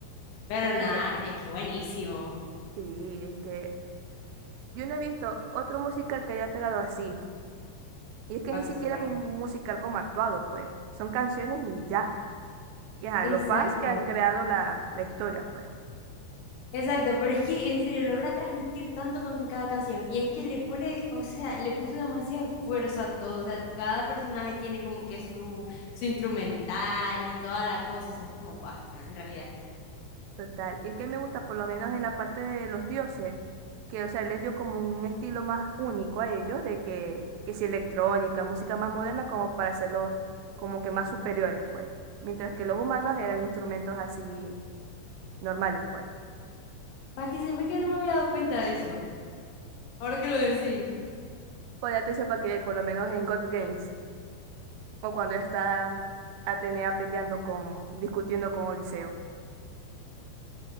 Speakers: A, on the left (about 70°); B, on the right (about 80°).
A: pero
B: ¿Sabes?
A: nada, es que es buenísimo,
B: Sí, es que yo no he visto otro musical que haya pegado así. Y es que
A: para
B: ni
A: que
B: siquiera
A: sepáis.
B: es un musical como actuado, pues. Son canciones y ya. Y ajá,
A: Exacto.
B: los fans que han creado la, la historia, pues.
A: Exacto, pero es que en serio logra transmitir tanto con cada canción y es que le pone, o sea, le puso demasiada fuerza a todo, o sea, cada personaje tiene como que su, su instrumental y toda la cosa, o sea, es como, guau, no, en realidad.
B: Total. Y es que me gusta, por lo menos en la parte de los dioses, que, o sea, les dio como un estilo más único a ellos, de que, que si electrónica, música más moderna, como para hacerlos como que más superiores, pues. Mientras que los humanos eran instrumentos así normales, pues.
A: Para que se ve que no me había dado cuenta de eso, ahora que lo decís.
B: Pon atención para que por lo menos en God Games o cuando está Atenea peleando con, discutiendo con Odiseo,